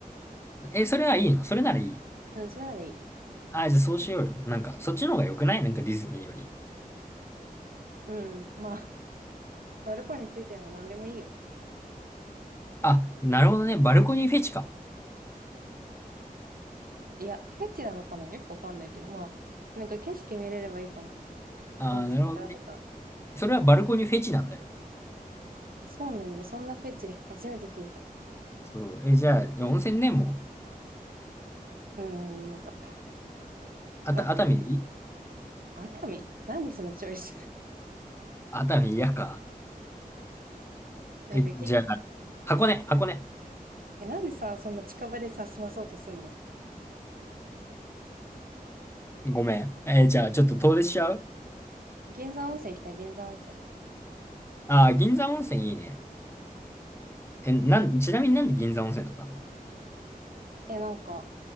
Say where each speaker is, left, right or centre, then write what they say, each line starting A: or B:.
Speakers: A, on the left; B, on the right.
A: え、それはいいのそれならいい。
B: うん、それならいい。
A: あじゃあそうしようよ。なんか、そっちの方が良くないなんかディズニーより。
B: うん、まあ、<laughs> バルコニーについてな何でもいいよ。
A: あ、なるほどね。バルコニーフェチか。
B: いや、フェチなのかなよくわかんないけど、まあ、なんか景色見れればいいかも。
A: あーなるほどね。
B: 温泉からとか。
A: それはバルコニーフェチなんだよ。
B: あ、そうなんだ。そんなフェチ、初めて聞いた。う
A: そう。え、じゃあ、温泉ね、もう。
B: ーん、よかった。
A: あた、
B: よかった。
A: 熱海でいい
B: 熱海何そのチョイス
A: 熱海嫌か。
B: <laughs> なんかげ、
A: え、じゃあ、箱根、箱根。
B: え、なんでさ、そんな近場でさ、済まそうとすんの
A: ごめん。え、じゃあ、ちょっと遠出しちゃう
B: 銀山温泉行きたい、銀山温泉。
A: あー、銀座温泉いいね。え、なん、ちなみになんで銀座温泉だったの
B: え、なんか、